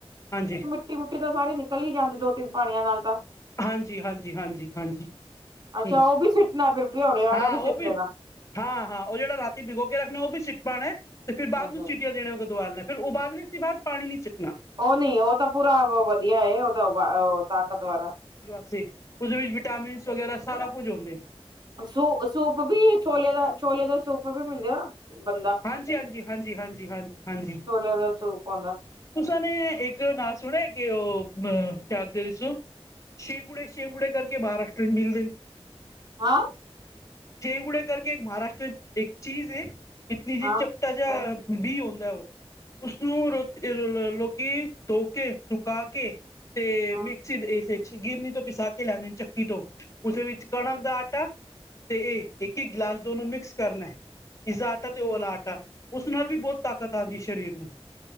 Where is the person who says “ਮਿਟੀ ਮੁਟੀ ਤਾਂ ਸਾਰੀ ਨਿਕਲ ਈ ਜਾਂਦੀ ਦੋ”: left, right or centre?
Right